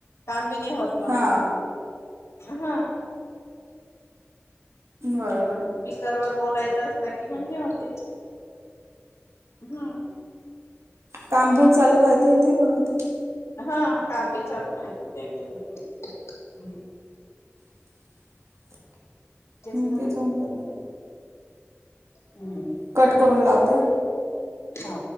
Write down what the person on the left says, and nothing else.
काम बी नाय होत मग,
हा.
रवर बोलायचं असलं की मग हे होते. हा.
हा काम बी चालू राहिलं, आणि ते बी होतयं हम.
तर म्हटलं
हम्म
हा.